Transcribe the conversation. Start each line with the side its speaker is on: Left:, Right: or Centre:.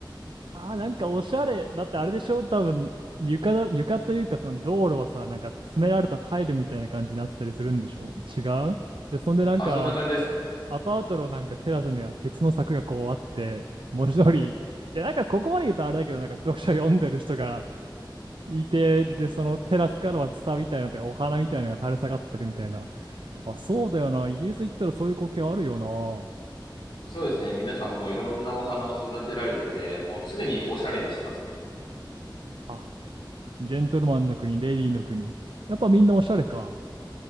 Right: ああ、なんかおしゃれ。だってあれでしょ多分、床だ、床というかその道路はさ、なんか詰められたタイルみたいな感じになってたりするんでしょ違うで、そんでなんか、
Left: あ、そんな感じです。
Right: アパートのなんかテラスには鉄の柵がこうあって、文字通り、いやなんかここまで言うとあれだけど、なんか読書読んでる人がいて、で、そのテラスからはツタみたいなのとかお花みたいなのが垂れ下がってるみたいな。あ、そうだよな。イギリス行ったらそういう光景あるよな。
Left: そうですね。皆さんもいろんなお花を育てられてて、もう常におしゃれにしてますね。
Right: あ、ジェントルマンの国、レディーの国。やっぱみんなおしゃれか。